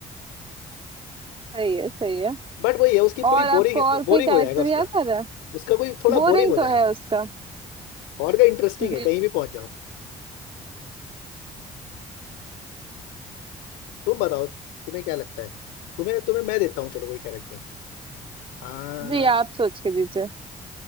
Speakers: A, on the right; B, on the left.
A: सही है सही है
B: बट वही है उसकी थोड़ी
A: और आपको
B: बोरिंग
A: और
B: बोरिंग
A: कोई कैरेक्टर
B: हो जाएगा उसका
A: याद आ रहा है
B: उसका कोई थोड़ा
A: बोरिंग
B: बोरिंग हो
A: तो
B: जाएगा
A: है उसका
B: और का इंटरेस्टिंग
A: जी
B: है कहीं भी पहुंच जाओ तुम बताओ तुम्हें क्या लगता है तुम्हें तुम्हें मैं देता हूँ चलो कोई कैरेक्टर हाँ
A: जी आप सोच के दीजिए